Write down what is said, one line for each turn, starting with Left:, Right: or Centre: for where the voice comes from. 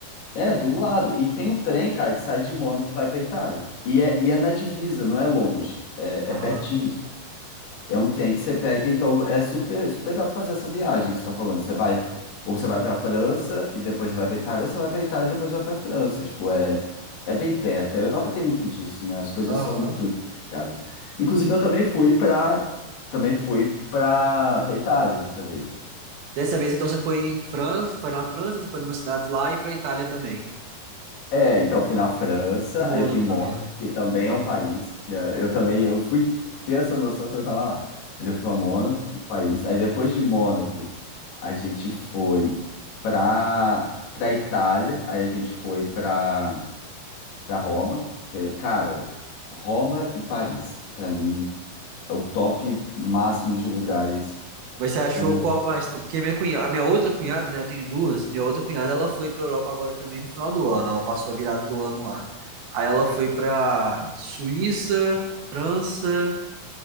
Left: é, do lado. E tem um trem, cara, que sai de Mônaco que vai pra Itália. E é, e é na divisa, não é longe, é,
Right: Aham.
Left: é pertinho. É um trem que você pega, então é super, super dá para fazer essa viagem que você está falando. Você vai, ou você vai para a França e depois você vai para Itália, ou você vai para Itália e depois vai para a França. Tipo, é, é bem perto. A Europa tem muito disso, né? As coisas
Right: Aham.
Left: são muito ligadas. Inclusive, eu também fui para também fui para para Itália dessa vez.
Right: Dessa vez, então, você foi em França, foi na França, você foi numa cidade lá e pra Itália também.
Left: É, então, eu fui na França,
Right: E Mônaco
Left: aí eu fui em
Right: também,
Left: Mônaco,
Right: né?
Left: que também
Right: Aham.
Left: é um país. e, eh, Eu também, eu fui ter essa noção quando eu tava lá. Mas eu fui para Mônaco, que é um país. Aí depois de Mônaco, a gente foi pra, pra Itália, aí a gente foi pra, pra Roma, que é, cara, Roma e Paris, pra mim, é o top máximo de lugares
Right: Mas você achou
Left: do
Right: qual mais? Porque minha cunhada, a minha outra cunhada, né? Eu tenho duas. Minha outra cunhada, ela foi pra Europa agora também no final do ano. Ela passou a virada do ano lá. Aí ela foi pra Suíça, França.